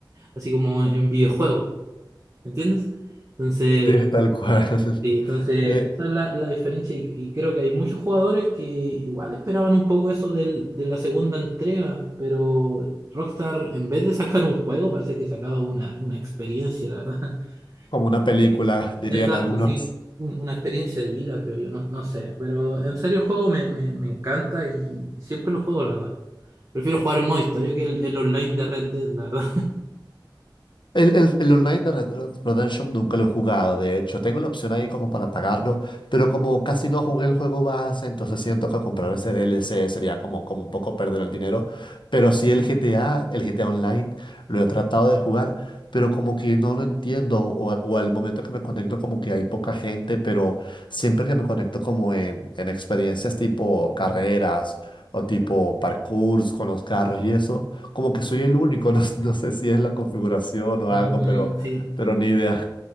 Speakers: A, on the right; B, on the left.
A: así como en videojuego, ¿entiendes? Entonces,
B: Sí, tal cual. <laughs>
A: Sí, entonces
B: De,
A: esa es la, la diferencia y, y creo que hay muchos jugadores que igual esperaban un poco eso del- de la segunda entrega, pero Rockstar en vez de sacar un juego parece que sacaba una, una experiencia, la verdad. <laughs>
B: Como una película, dirían
A: Exacto,
B: algunos.
A: sí, un- una experiencia de vida creo yo, no, no sé, pero en serio el juego me, me, me encanta y siempre lo juego, la verdad. Prefiero jugar en modo historia que el, el online de Red Dead, la verdad.
B: El, el, el Online de Red Dead Redemption nunca lo he jugado, de hecho. Tengo la opción ahí como para pagarlo, pero como casi no jugué el juego base, entonces siento que comprar
A: <laughs>
B: ese DLC sería como, como un poco perder el dinero. Pero sí el GTA, el GTA Online, lo he tratado de jugar, pero como que no lo entiendo, o, a- o al momento que me conecto como que hay poca gente, pero siempre que me conecto como en, en experiencias tipo carreras o tipo parkour con los carros y eso. Como que soy el único, <laughs> no, no sé si es la configuración o
A: Mm,
B: algo,
A: mm,
B: pero,
A: sí.
B: pero ni idea.